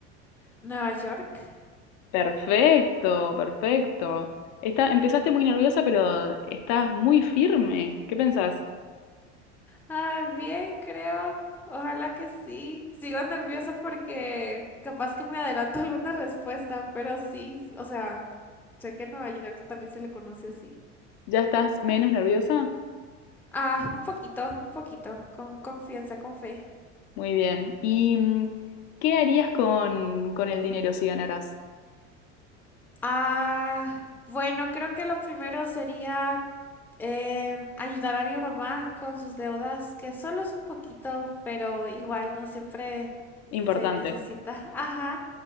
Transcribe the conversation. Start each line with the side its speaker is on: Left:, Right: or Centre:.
Centre: Nueva York.
Left: Perfecto, perfecto. Está, empezaste muy nerviosa, pero estás muy firme. ¿Qué pensás?
Centre: Ah, bien, creo. Ojalá que sí. Sigo nerviosa porque capaz que me adelanto <laughs> alguna respuesta, pero sí, o sea, sé que en Nueva York también se le conoce así.
Left: ¿Ya estás menos nerviosa?
Centre: Ah, un poquito, un poquito, con confianza, con fe.
Left: Muy bien. ¿Y mm, qué harías con, con el dinero si ganaras?
Centre: Ah, bueno, creo que lo primero sería Em, ayudar a mi mamá con sus deudas, que solo es un poquito, pero igual no siempre
Left: Importante.
Centre: se necesita. <laughs> Ajá.